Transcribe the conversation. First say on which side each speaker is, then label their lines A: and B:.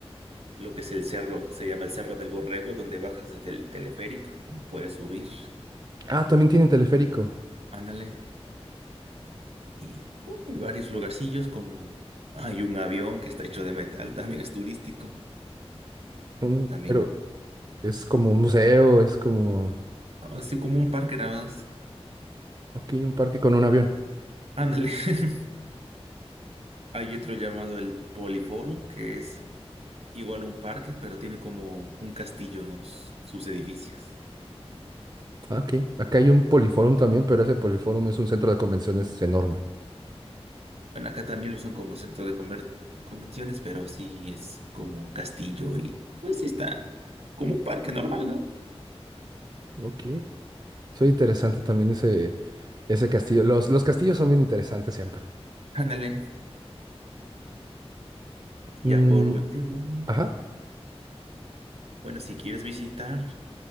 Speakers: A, on the right (about 70°); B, on the right (about 40°).
A: lo que es el cerro, se llama el Cerro del Borrego, donde bajas desde el teleférico, o puedes subir,
B: Ah, también tiene teleférico.
A: ándale. Y hay varios lugarcillos, como hay un avión que está hecho de metal, también es turístico,
B: Mm,
A: también,
B: Pero es como un museo, es como,
A: así como un parque nada más,
B: ok, un parque con un avión.
A: ándale. <laughs> Hay otro llamado el Poliforum, que es igual un parque, pero tiene como un castillo, ¿no? Sus edificios.
B: Ah, ok, acá hay un poliforum también, pero ese poliforum es un centro de convenciones enorme.
A: Bueno, acá también lo usan como centro de conver- convenciones, pero sí es como un castillo y pues sí está como un parque normal, ¿no?
B: Ok, soy interesante también ese, ese castillo. Los, los castillos son bien interesantes siempre.
A: Ándale. Y
B: Mm,
A: ya por último,
B: ajá,
A: bueno, si quieres visitar,